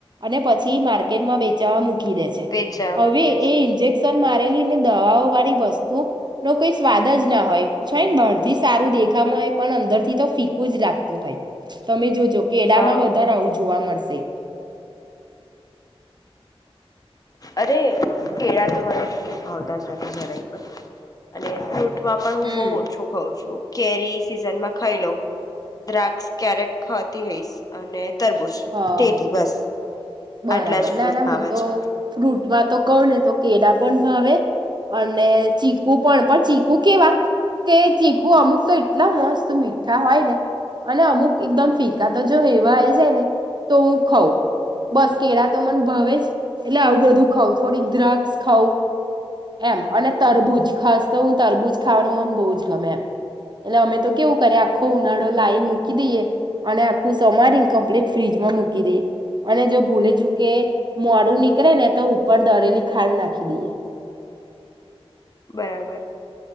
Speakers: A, on the right (about 45°); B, on the left (about 35°).
A: અને પછી માર્કેટમાં વેચાવા મૂક ડે છે
B: વેચવા
A: હવે
B: મૂકી દે છે
A: એ ઇન્જેક્શન મારે દવાઓ વાળી વસ્તુ નો કોઈ સ્વાદ જ ના હોયને ભ સારું દેખા પણ અંદર થી તો ફીકું જ લાગતું હોય તમે જો જો કેડામાં
B: હા
A: વધારે આવું જોવા મળશે <inaudible>
B: અરે કેળા તો જોકી મને ભાવતા જ નથી જરાય પણ અને પણ હું
A: હમ.
B: બહુ ઓછું ખઉં છું કેરી સિઝનમાં ખાઈ લો દ્રાક્ષ ક્યારેક ખતી હઈશ અને તરબૂજ
A: હા
B: ટેટી બસ
A: બરાબર
B: આટલા જ ફ્રૂટ
A: ના ના મને
B: ભાવે
A: તો
B: છે
A: ફ્રૂટવા તો ક ને તો કેળા પણ ભાવે અને ચીકુ પણ પણ ચીકુ કેવા કે ચીકુ અમુક તો એટલા મસ્ત મીઠા હોય ને અને અમુક એકદમ ફીકા તો જો હેવા આવીઈ જાય ને તો હું ખઉં બસ કેળા તો મ ભવે જ એટલે આવું બધું ખઉં થોડીક દ્રગ્સ ખઉં એમ અને તરબૂજ ખાસ તો હું તરબૂજ ખાવાનું મન બહુ જ ગમે એમ એટલે અમે તો કેવું કરીએ આખો ઉનાળો લાઈન મૂકી દઈએ અને આખું સમારે ઇનકમ્પ્લીટ ફ્રીજમાં મૂકી દઈએ અને જો ભૂલે ચૂકે મોડું નીકળે ને તો ઉપર દરેલી ખાંડ નાખી દઈએ
B: બરાબર